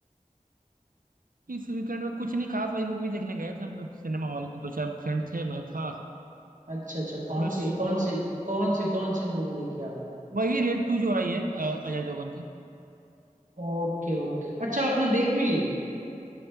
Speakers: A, on the right; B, on the right.
A: इस वीकेंड में कुछ नहीं खास वही मूवी देखने गए थे हम लोग सिनेमा हॉल दो चार फ्रेंड थे मैं था
B: अच्छा अच्छा कौन
A: बस
B: सी कौन सी कौन सी कौन सी मूवी देखी आपने
A: वही रेड टू जो आई है अ, अजय देवगन की
B: ओके ओके अच्छा आपने देख भी ली